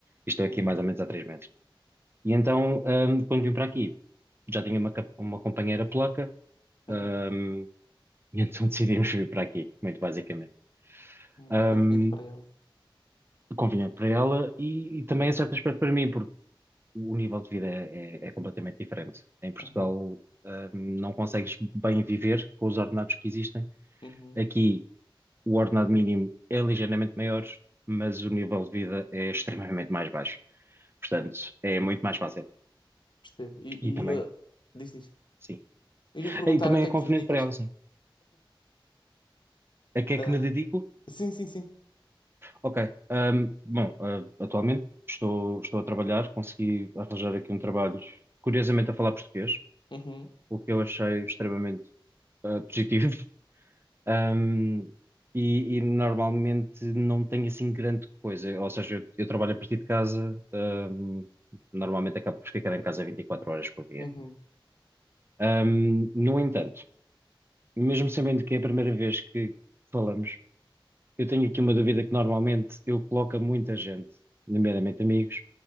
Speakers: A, on the right; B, on the left.
A: E Estou aqui
B: uhum,
A: mais ou menos há três meses. E então, um, quando vim para aqui, já tinha uma, uma companheira polaca,
B: uhum.
A: um, E então decidimos vir para aqui, muito basicamente.
B: Muito
A: Ahm,
B: conveniente para ela.
A: convinha para ela e, e também, em certo aspecto, para mim, porque o nível de vida é, é- é completamente diferente. Em Portugal,
B: Uhum,
A: ahm, não consegues bem viver com os ordenados que existem.
B: uhum,
A: Aqui, o ordenado mínimo é ligeiramente maior, mas o nível de vida é extremamente mais baixo. Portanto, é muito mais fácil.
B: percebo. E,
A: E
B: e
A: também,
B: eu, diz, diz.
A: sim.
B: Eu ia te perguntar
A: E também
B: a que
A: é
B: é
A: conveniente
B: que te dedicas?
A: para ela, sim. A que é
B: Ah,
A: que me dedico?
B: sim, sim, sim.
A: Ok. ahm, bom, ah, atualmente estou, estou a trabalhar, consegui arranjar aqui um trabalho, curiosamente a falar português,
B: Uhum,
A: o que eu achei extremamente ah, positivo. <laughs> Ahm, e, e normalmente não tenho assim grande coisa, ou seja, eu, eu trabalho a partir de casa, ahm, normalmente acabo por ficar em casa 24 horas por dia.
B: uhum,
A: Ahm, no entanto, mesmo sabendo que é a primeira vez que falamos, eu tenho aqui uma dúvida que normalmente eu coloco a muita gente, nomeadamente amigos